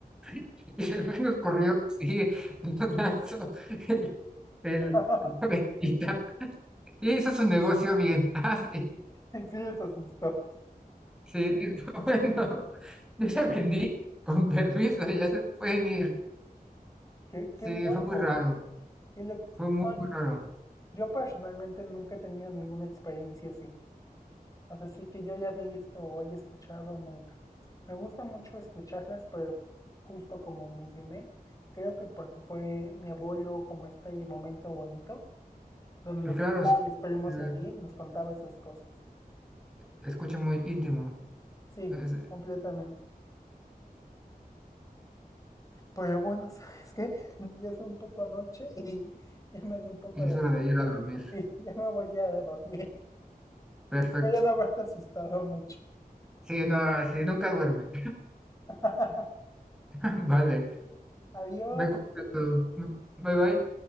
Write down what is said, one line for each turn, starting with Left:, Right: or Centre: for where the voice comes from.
Centre: <laughs> y después nos corrió, sí, <laughs> nos lanzó el, el-
Left: <laughs>
Centre: <laughs> y hizo su negocio bien. <laughs> Ah, sí.
Left: Y sí les asustó.
Centre: Sí, dijo, <laughs> bueno, yo ya vendí, con permiso, ya se pueden ir.
Left: Qué,
Centre: Sí,
Left: qué loco,
Centre: fue muy raro,
Left: qué loco.
Centre: fue muy,
Left: No,
Centre: muy
Left: yo,
Centre: raro.
Left: yo personalmente nunca he tenido ninguna experiencia así. O sea, sí que yo haya visto o haya escuchado nunca. Me gusta mucho escucharlas, pero justo como mencioné, creo que porque fue mi abuelo como este momento bonito, donde
Centre: Pero
Left: nos
Centre: claro,
Left: sentaban
Centre: sí,
Left: mis primos
Centre: eh,
Left: y a mí y nos contaba esas cosas.
Centre: escucha muy íntimo.
Left: Sí,
Centre: es-
Left: completamente. Pero bueno, ¿sabes qué? <laughs> Ya es un poco noche y ya me di un poco
Centre: y
Left: de
Centre: es hora
Left: miedo
Centre: de ir a dormir.
Left: y ya me voy a dormir.
Centre: Perfecto.
Left: Voy a no haberte asustado mucho.
Centre: Sí, no, sí, nunca duerme.
Left: <laughs>
Centre: <laughs> Vale,
Left: Adiós.
Centre: me contesto. Bye bye.